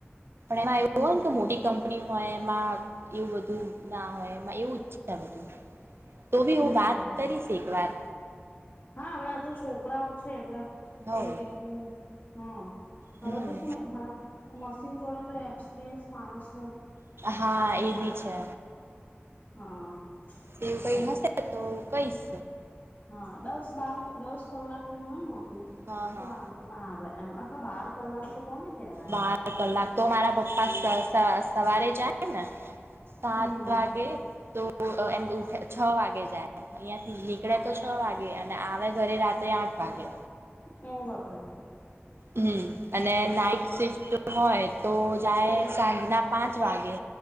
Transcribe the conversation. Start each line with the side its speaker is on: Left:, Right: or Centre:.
Right: પણ એમાં એવું
Left: હમ
Right: હોયને કે મોટી કંપની હોય એમાં. એવું બધું ના હોયમાં એવું છે બધું. તો ભી
Left: હમ
Right: હું બાત કરીશ એક વાર.
Left: હા હવે આ તો છોકરાઓ છે એટલે
Right: હવ
Left: એ રીતનું હા
Right: હમ
Left: હવે તો શું મશીન જોડે તો એ. સ્પરિન્સ માણસ.
Right: હા એ બી છે.
Left: હા
Right: સવ કઈ
Left: તો
Right: નશે તો કૈસ.
Left: હા દસ બાર દસ કલાકની હોય ને નોકરી
Right: હા
Left: તો
Right: હા
Left: વાંધોને આ ભાઈ એમ આખા બાર કલાક તો કોને કેવાય.
Right: બાર કલાક તો મારા પપ્પા સવારે જાય ને સાત
Left: હમ
Right: વાગે તો એમ ઉઠે છ વાગે જાય અહિયાં થી નીકળે તો છ વાગે. અને આવે ઘરે રાત્રે આઠ વાગે.
Left: એવું બાપરા.
Right: હમ અને નાઈટ શિફ્ટ. હોય તો જાય સાંજના પાંચ વાગે